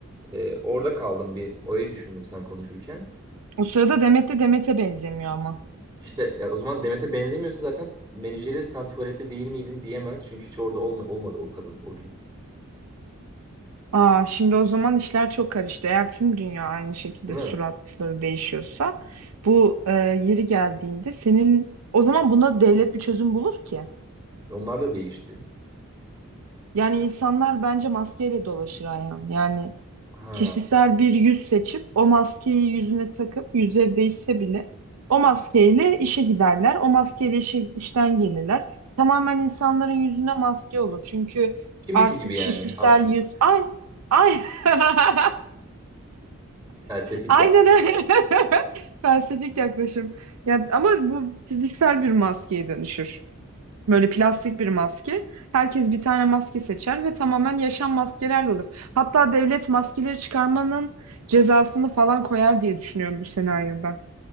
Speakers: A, on the right (about 20°); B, on the right (about 85°).
A: Ee, orada kaldım bir orayı düşündüm sen konuşurken.
B: O sırada Demet de Demet'e benzemiyor ama.
A: İşte ya o zaman Demet'e benzemiyorsa zaten menajeri sen tuvalette değil miydin diyemez. Çünkü hiç orada olma, olmadı o kadın o gün.
B: Aa, şimdi o zaman işler çok karıştı. Eğer tüm dünya aynı şekilde
A: Değil mi?
B: suratları değişiyorsa bu e, yeri geldiğinde senin o zaman buna devlet bir çözüm bulur ki.
A: Onlar da değişti.
B: Yani insanlar bence maskeyle dolaşır Ayhan. Yani
A: Ha,
B: kişisel bir yüz seçip o maskeyi yüzüne takıp yüzleri değişse bile o maskeyle işe giderler. O maskeyle işe, işten gelirler. Tamamen insanların yüzüne maske olur. Çünkü
A: şimdiki
B: artık
A: gibi yani
B: kişisel
A: az çok
B: yüz ay ay <laughs>
A: felsefik
B: aynen
A: yaklaş.
B: öyle. <laughs> Felsefik yaklaşım. Ya, ama bu fiziksel bir maskeye dönüşür. Böyle plastik bir maske. Herkes bir tane maske seçer ve tamamen yaşam maskelerle olur. Hatta devlet maskeleri çıkarmanın cezasını falan koyar diye düşünüyorum bu senaryoda.